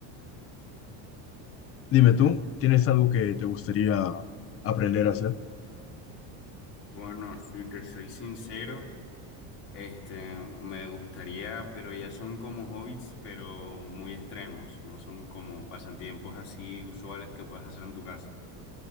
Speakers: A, on the left; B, on the left.
A: Dime tú, ¿tienes algo que te gustaría aprender a hacer?
B: Bueno, si te soy sincero. Este, me gustaría, pero ya son como hobbits, pero muy extremos, no son como pasatiempos así usuales que puedas hacer en tu casa.